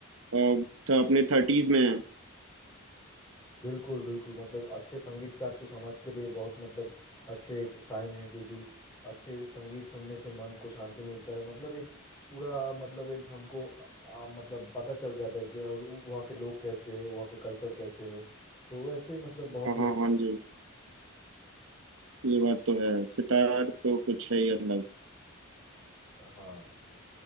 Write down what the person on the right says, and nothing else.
अ,
थ, अपने थर्टीज में हैं
हाँ
हाँ
हाँ जी ये बात तो है सितार तो कुछ है ही अलग